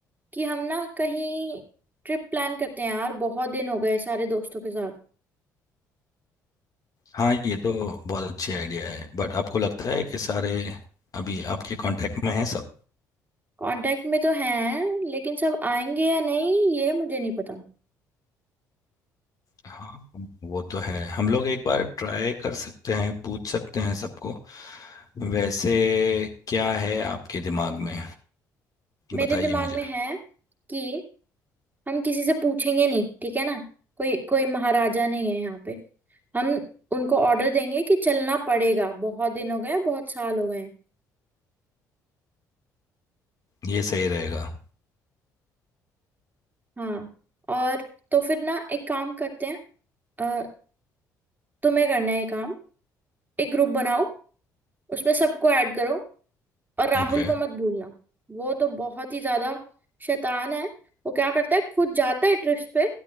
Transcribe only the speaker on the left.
हाँ ये तो बहुत अच्छी आइडिया है बट आपको लगता है कि सारे अभी आपके कांटेक्ट में हैं सब
हाँ वो तो है हम लोग एक बार ट्राई कर सकते हैं पूछ सकते हैं सबको वैसे क्या है आपके दिमाग में
बताइए
मुझे
ये सही रहेगा
ओके